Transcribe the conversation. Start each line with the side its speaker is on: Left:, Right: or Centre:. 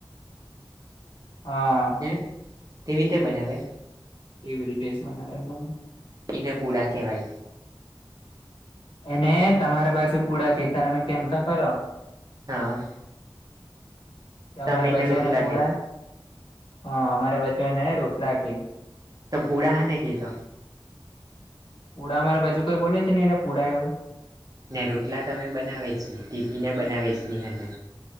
Left: હા
Right: હમ્મ તેવી રીતે બનાવે
Left: એવ રીતે <unintelligible>
Right: એને પૂડા કેવાય.
Left: એને તમારા બાજુ પુડા કેય તને મેં કેમ તો ખરો
Right: હા
Left: કે
Right: તમે
Left: અમારા બાજુ
Right: રોટલા
Left: એને પુડા
Right: કે
Left: હ અમારા બાજુ એને રોટલા કે
Right: તો પુડા હા ને કેય તો
Left: પુડા મારે બાજુ કોઈ બોલે છે નીને ને પુડા એવું
Right: ને રોટલા તમે બનાવે જ ની ટીપીને બનાવી જ ની હેને